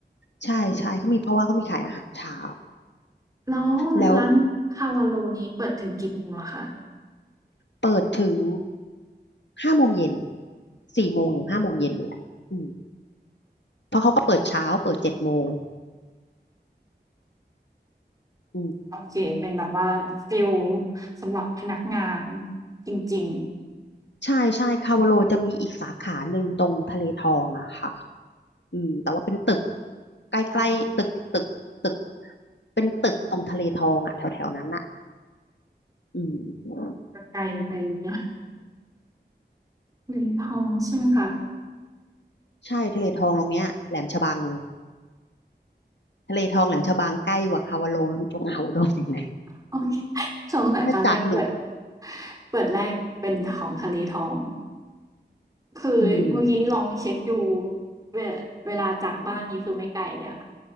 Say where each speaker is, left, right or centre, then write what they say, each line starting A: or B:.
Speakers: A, on the left; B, on the right.
A: ใช่ใช่เขามีเพราะว่าเขามีขายอาหารเช้า
B: แล้วร้านคาวาโลนี้เปิดถึงกี่โมงเหรอคะ
A: แล้วเปิดถึงห้าโมงเย็นสี่โมงถึงห้าโมงเย็นนี่แหละอืม เพราะเขาก็เปิดเช้าเปิดเจ็ดโมงอืม
B: โอเคเป็นแบบว่าฟิลสำหรับพนักงานจริง
A: ใช่ใช่คาวาโลจะมีอีกสาขาหนึ่งตรงทะเลทองอะค่ะอืมแต่ว่าเป็นตึก
B: ๆใช่ไหม
A: ใกล้ๆตึกตึกตึก เป็นตึกตรงทะเลทองอะแถวๆนั้นอะอืม
B: จะไกลไปนิดหน่อยทะเลทองใช่ไหมคะ
A: ใช่ทะเลทองตรงเนี้ยแหลมฉบัง ทะเลทองแหลมฉบังใกล้กว่าคาวาโลจงเอาอุดมอีกนะ
B: โอเคสงสัยตอนแรกเปิด
A: ถ้าจากหนู
B: เปิดแรกเป็นของทะเลทองคือเมื่อกี้ลองเช็คดู
A: อืม
B: เวลาเวลาจากบ้านนี้คือไม่ไกลเลยค่ะ